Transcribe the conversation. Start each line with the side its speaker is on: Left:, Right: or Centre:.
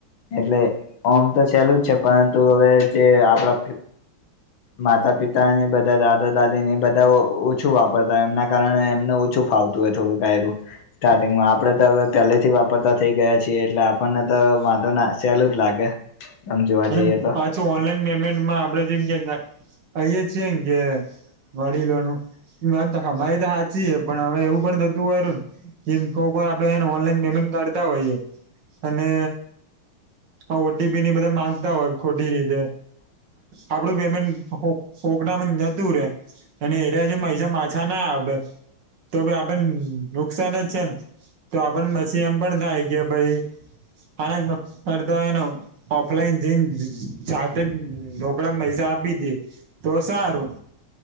Left: એટલે ઓમ તો સેલુ જ છે પરંતુ હવે જે આપડા માતા પિતા ને બધા દાદા દાદી ને બધા ઓછું વાપરતા એમના કારણે એમને ઓછું ફાવ થોડુકાયરું સ્ટાર્ટિંગમાં, આપડે તો અવે પેલેથી વાપરતા થઈ ગયા. છી, એટલે આપણને તો વાંધો ના સેલુજ લાગે. આમ જોવા
Right: અને
Left: જઈએ તો
Right: પાછું ઓનલાઈન પેમેન્ટમાં આપડે જે આઈએ છીએમ કે. વડીલોનુ, મારી તો હાચી પણ હવે એવું પણ થતું હોરું ન જે મિકો ઉપર આપડે એને ઓનલાઈન પેમેન્ટ કરતા હોઈએ, અને હા ઓ ટી પી ને બધા માંગતા હોય ખોટી રીતે. આપડું પેમેન્ટ ઓકળ નતું રે. અને એરે પાછા ના આવેે તો આપે નુકસાન જ છે ને. તો આપણ મછી એમ પણ થાય કે ભઈ હાલતમાં અર્ધોએનો ઓફલાઈન જાતે જ રોકડામાં પૈસા આપી દીયે, તો સારું.